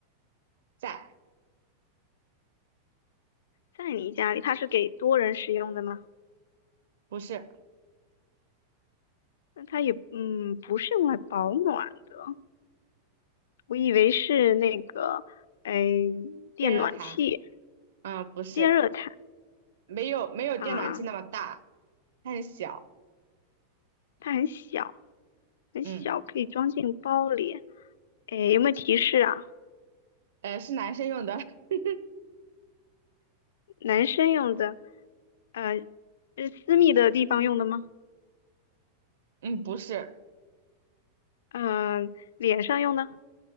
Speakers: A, on the right (about 85°); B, on the left (about 85°).
A: 在，
B: 在你家里，它是给多人使用的吗？
A: 不是
B: 那它也嗯不是用来保暖的，我以为是那个哎电暖器、
A: 电热毯，嗯，不是。
B: 电热毯
A: 没有没有电暖气那么大，
B: 啊，
A: 它很小。
B: 它很小。很小，
A: 嗯，
B: 可以装进包里。诶，有没有提示啊？
A: 呃，是男生用的。<laughs>
B: 男生用的，呃，是私密的地方用的吗？
A: 嗯，不是，
B: 嗯、呃脸上用的